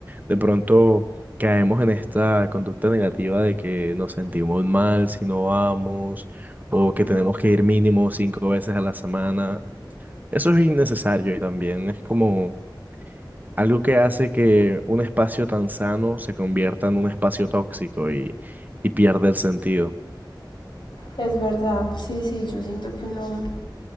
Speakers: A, on the right; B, on the left.
A: De pronto caemos en esta conducta negativa de que nos sentimos mal si no vamos o que
B: ujú.
A: tenemos que ir mínimo cinco veces a la semana. Eso es innecesario y también es como... Algo que hace que un espacio tan sano se convierta en un espacio tóxico y, y pierde el sentido.
B: Es verdad, sí, sí, yo siento que uno,